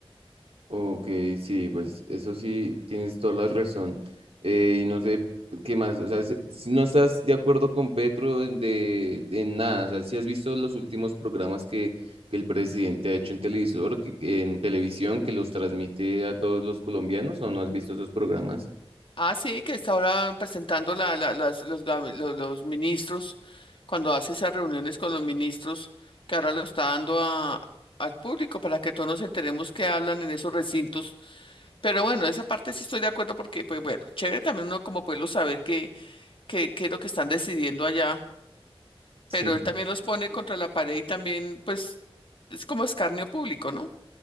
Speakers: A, on the right; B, on the left.
A: Ok, sí, pues eso sí, tienes toda la razón. Eh, y no sé qué más, o sea, si si no estás de acuerdo con Petro en de, en nada, o sea, si has visto los últimos programas que, que el presidente ha hecho en televisor, que- que en televisión, que los transmite a todos los colombianos, ¿o no has visto esos programas?
B: Ah, sí, que está ahora presentando la, la- las- los, gabi- lo- los ministros, cuando hace esas reuniones con los ministros, que ahora lo está dando a, al público para que todos nos enteremos qué hablan en esos recintos Pero bueno, esa parte sí estoy de acuerdo porque, pues bueno, chévere también uno como pueblo saber qué, qué, qué es lo que están decidiendo allá,
A: Sí.
B: pero él también los pone contra la pared y también, pues, es como escarnio público, ¿no?